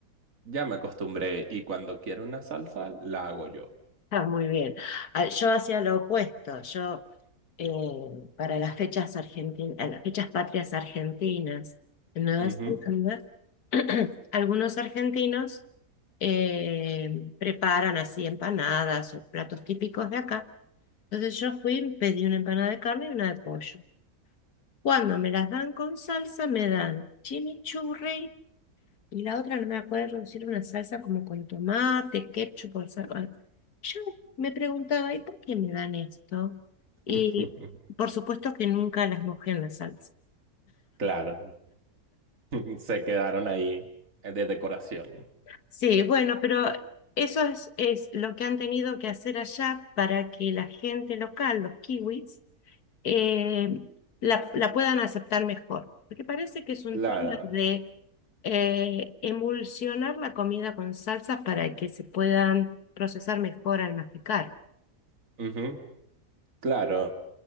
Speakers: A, on the right; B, on the left.
A: Ya me acostumbré y cuando quiero una salsa, la hago yo.
B: Ah, muy bien. Ah, Yo hacía lo opuesto. Yo, eh, para las fechas argentinas, las fechas patrias argentinas en Nueva
A: Ujú.
B: Zelanda, <clears throat> algunos argentinos eh, preparan así empanadas o platos típicos de acá. Entonces yo fui, pedí una empanada de carne y una de pollo. Cuando me las dan con salsa, me dan chimichurri Y la otra no me acuerdo si era una salsa como con tomate, ketchup o salsa. Yo me preguntaba, ¿y por qué me dan esto? Y
A: <laughs>
B: por supuesto que nunca las mojé en la salsa.
A: Claro, <laughs> se quedaron ahí eh, de decoración.
B: Sí, bueno, pero eso es, es lo que han tenido que hacer allá para que la gente local, los kiwis, eh, la, la puedan aceptar mejor. Porque parece que es un
A: Claro,
B: tema de eh, emulsionar la comida con salsas para que se puedan procesar mejor al masticar.
A: Ujú. Claro,